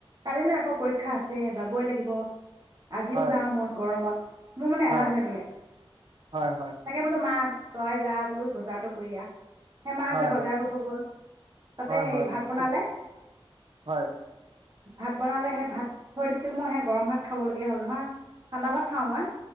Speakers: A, on the right; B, on the right.
A: কালিলা । কৌ পৰীক্ষা আছে যাবই লাগিব । আজিও
B: হয়
A: যাওঁ মই গৰমত । মোৰ মানে
B: হয়
A: এলাহ লাগিলে
B: হয়
A: তাকে বোলো মা । তই যাম বজাৰটো কৰি আহ সেমাহ
B: হয়
A: যে বজাৰ
B: হয়
A: কৰিব গ'ল তাতে
B: হয় হয়
A: হেই
B: হয়
A: ভাত বনালে
B: ঠিক হয়
A: ভাত বনালে সে ভাত থৈ দিছিল মই সে গৰম ভাত খাব লগগীয়া হ'ল নহ ঠাণ্ডা ভাত খাওঁ মই